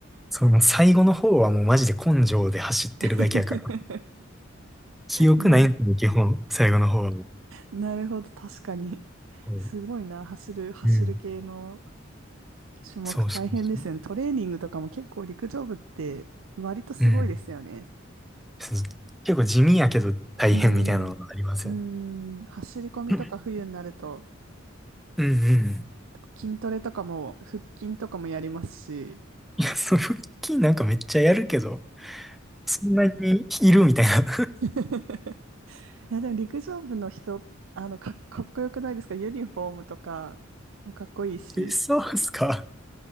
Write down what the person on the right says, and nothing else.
<laughs>
な、
なるほど、確かに。
すごいな、走る、走る系の
種目大変ですよね。
トレーニングとかも結構陸上部って割とすごいですよね。
ええうん、走り込みとか冬になると、
とか筋トレとかも、腹筋とかもやりますし、
<laughs> え、でも陸上部の人、あの、かっ、かっこよくないですかユニフォームとかもかっこいいし、